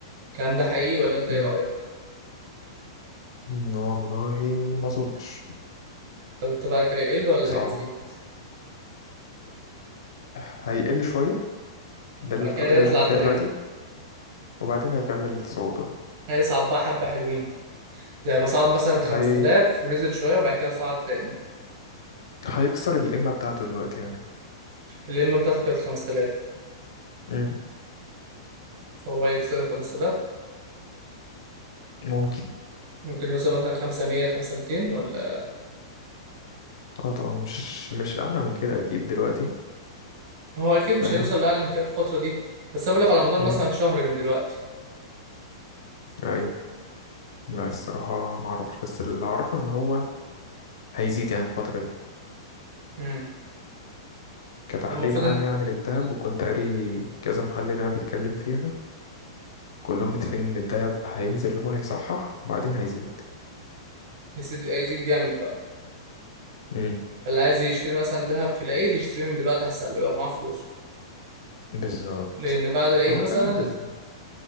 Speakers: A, on the right; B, on the left.
A: الكلام ده حقيقي ولا انت
B: مم.
A: ايه رأيك؟
B: مم، والله ما أظنش
A: طب انت رأيك هيقل ولا
B: صعب
A: هيزيد؟
B: هيقل شوية ده الفترة
A: بعد كده يطلع
B: اللي احنا فيها
A: تاني
B: دلوقتي وبعدين هيكمل صعوده
A: هيصعد بقى حبة حلوين زي ما صعد مثلا 5000
B: هي...
A: ونزل شوية وبعد كده صعد تاني
B: هيكسر القمة بتاعته دلوقتي يعني
A: القمة بتاعته كانت 5000
B: مم.
A: فهو هيكسر 5000
B: ممكن
A: ممكن يوصل مثلا 500 500 ولا
B: اه طبعا مش مش أعلى من كده أكيد دلوقتي
A: هو اكيد
B: فاهم
A: مش هيوصل لاعلى من كده في الفتره دي بس انا بقول لك على مدار مثلا
B: مم.
A: شهر من دلوقتي
B: أيوه لا الصراحة ما أعرفش بس اللي أعرفه إن هو هيزيد يعني الفترة دي
A: امم
B: كتحليل
A: فالمفروض
B: عام
A: ان
B: يعني للذهب وكنت قاري كذا محلل يعني بيتكلم فيها كلهم متفقين ان الدهب هينزل اللي هو هيصحح وبعدين هيزيد
A: يا سيدي هيزيد جامد بقى
B: امم
A: اللي عايز يشتري مثلا ذهب في العيد يشتريه من دلوقتي احسن له لو معاه فلوس
B: بالظبط
A: لان بعد العيد
B: هو
A: مثلا
B: الدهب بس